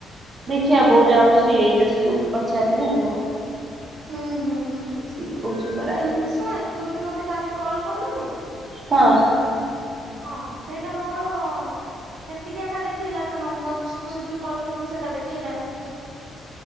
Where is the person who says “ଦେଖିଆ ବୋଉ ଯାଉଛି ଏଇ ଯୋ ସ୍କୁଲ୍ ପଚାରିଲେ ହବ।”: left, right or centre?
Right